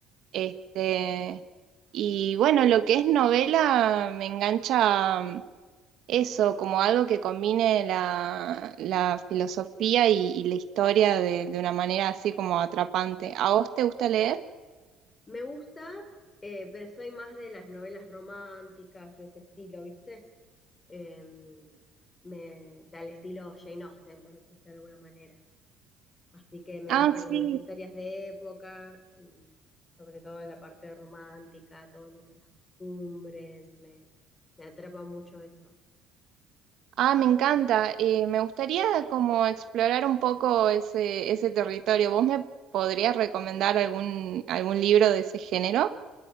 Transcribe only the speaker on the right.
Este, y bueno, lo que es novela me engancha mm, eso, como algo que combine la, la filosofía y, y la historia de, de una manera así como atrapante. ¿A vos te gusta leer?
Ah,
sí.
Ah, me encanta. Eh, me gustaría como explorar un poco ese, ese territorio. ¿Vos me podrías recomendar algún, algún libro de ese género?